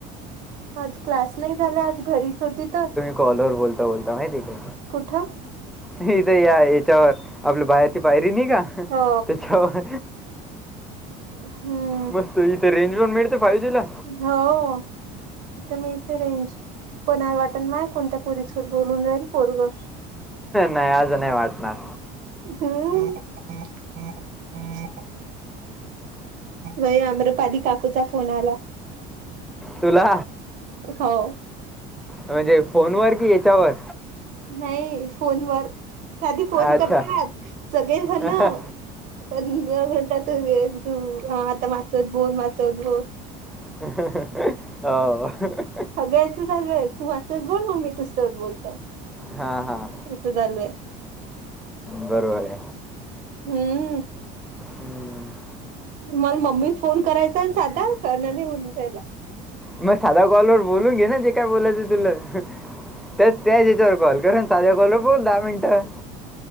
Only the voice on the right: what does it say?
आज क्लास नाही झाला आज घरीच होती तर
कुठं
हो
हम्म
होऊ तिते मिळते रेंज कोणा वाटण माय कोणत्या पुरीस बोलून राहील पोरगं
हम्म हे अम्रपाली काकूचा फोन आला
हो
नाही फोनवर आधी फोन
करतात सगळे झाण
पण म्हणतात वेळ तू आता मासवत बोल मासवत बोल
सगळ्याचं चालं आहे तू माझ्यासोबत बोल मी तुसोबत बोलत
इथे चालू आहे
हम्म
मला मम्मी फोन करायचा साधा करणार नाही म्हणून त्यायला